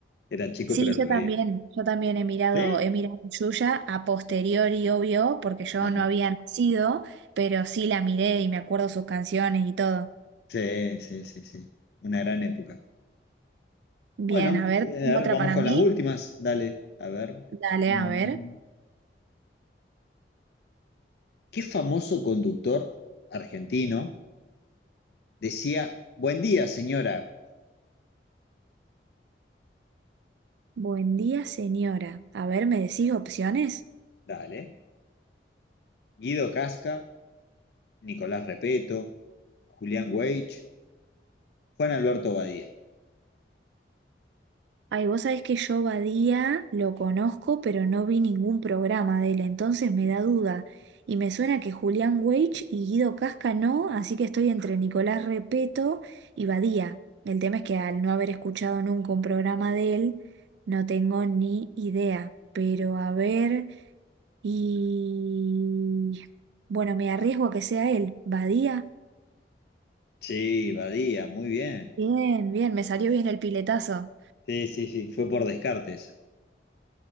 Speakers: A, on the left (about 65°); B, on the right (about 75°).
A: Era chico,
B: Sí,
A: pero lo
B: yo también,
A: veía.
B: yo también he mirado,
A: ¿Sí?
B: he mirado Yuya a posteriori, obvio, porque yo
A: Ah,
B: no había nacido, pero sí la miré y me acuerdo sus canciones y todo.
A: sí, sí, sí, sí. Una gran época.
B: Bien,
A: Bueno,
B: a ver,
A: eh, a
B: otra
A: ver, vamos
B: para
A: con
B: mí.
A: las últimas. Dale, a ver.
B: Dale,
A: Mm,
B: a ver.
A: ¿Qué famoso conductor argentino decía, Buen día, señora?
B: Buen día, señora. A ver, ¿me decís opciones?
A: Dale. Guido Casca, Nicolás Repeto, Julián Weich, Juan Alberto Badía.
B: Ay, vos sabés que yo Badía lo conozco, pero no vi ningún programa de él, entonces me da duda. Y me suena que Julián Weich y Guido Casca no, así que estoy entre Nicolás Repeto y Badía. El tema es que al no haber escuchado nunca un programa de él, no tengo ni idea. Pero a ver, y... Bueno, me arriesgo a que sea él. Badía.
A: Sí, Badía, muy bien.
B: Bien, bien, me salió bien el piletazo.
A: Sí, sí, sí, fue por descarte esa.